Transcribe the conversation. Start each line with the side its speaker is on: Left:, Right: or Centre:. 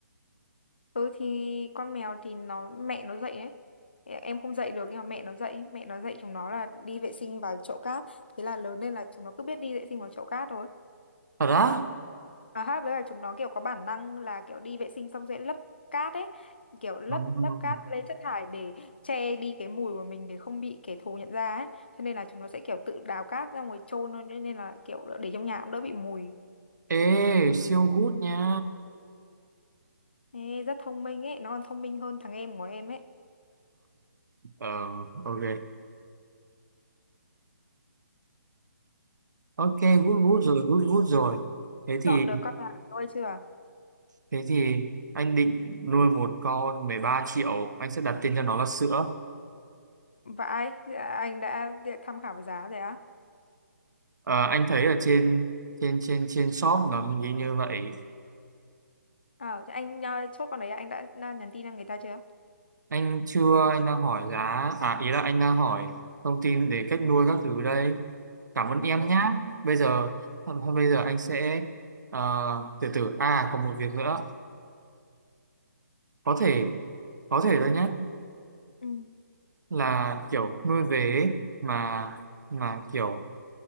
Left: Ừ thì con mèo thì nó mẹ nó dậy đấy. Em không dậy được nhưng mà mẹ nó dậy, mẹ nó dậy chúng nó là đi vệ sinh vào chậu cát. Thế là lớn lên là chúng nó cứ biết đi vệ sinh vào chậu cát thôi.
Right: Thật á?
Left: và hát với là chúng nó kiểu có bản năng là kiểu đi vệ sinh xong sẽ lấp cát ấy, kiểu lấp
Right: Ừ.
Left: lấp cát lên chất thải để che đi cái mùi của mình để không bị kẻ thù nhận ra ấy. Cho nên là chúng nó sẽ kiểu tự đào cát ra ngoài chôn thôi cho nên là kiểu để trong nhà cũng đỡ bị mùi.
Right: Ê, siêu gút nha.
Left: Ê, rất thông minh ấy, nó còn thông minh hơn thằng em của em ấy.
Right: Ờ, ok. Ok, gút gút rồi, gút gút rồi. Thế thì
Left: Chọn được con nào nuôi chưa?
Right: thế thì anh định nuôi một con 13 triệu, anh sẽ đặt tên cho nó là sữa.
Left: Vãi, anh đã tham khảo giá rồi á.
Right: Ờ, anh thấy ở trên trên trên trên shop nó ghi như vậy.
Left: Ờ, thế anh uh, chốt con đấy anh đã uh, nhắn tin cho người ta chưa?
Right: Anh chưa, anh đang hỏi giá, à ý là anh đang hỏi thông tin về cách nuôi các thứ đây. Cảm ơn
Left: Ừ.
Right: em
Left: hứ,
Right: nhá. Bây giờ thôi, bây giờ anh sẽ ờ, từ từ à còn một việc nữa. Có thể có thể thôi nhé
Left: ừ.
Right: là kiểu nuôi về ấy, mà mà kiểu